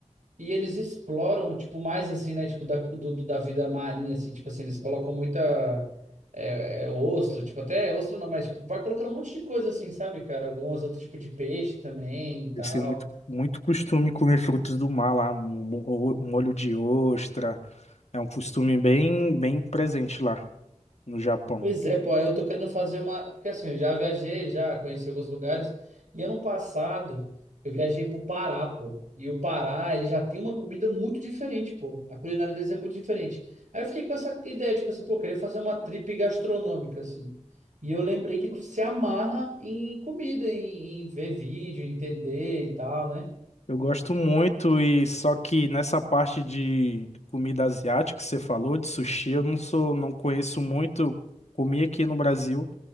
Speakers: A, on the right; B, on the left.
A: E eles exploram, tipo, mais assim, né? Tipo, da, do, do- da vida marinha, assim, tipo assim, eles colocam muita é, é, ostra, tipo, até ostra não, mas tipo, vai colocando um monte de coisa assim, sabe, cara? Alguns outros tipos de peixe também e tal.
B: Eles têm muito, muito costume comer frutos do mar lá, mo- molho de ostra. É um costume bem, bem presente lá no Japão.
A: Pois é, pô, aí eu tô querendo fazer uma. Porque assim, eu já viajei, já conheci alguns lugares. E ano passado, eu viajei pro Pará, pô. E o Pará, ele já tem uma comida muito diferente, pô. A culinária deles é muito diferente. Aí eu fiquei com essa ideia, tipo assim, pô, eu queria fazer uma trip gastronômica, assim. E eu lembrei que tu se amarra em comida, em, em ver vídeo, entender e tal, né?
B: Eu gosto muito e só que nessa parte de comida asiática que você falou, de sushi, eu não sou, não conheço muito. Comi aqui no Brasil,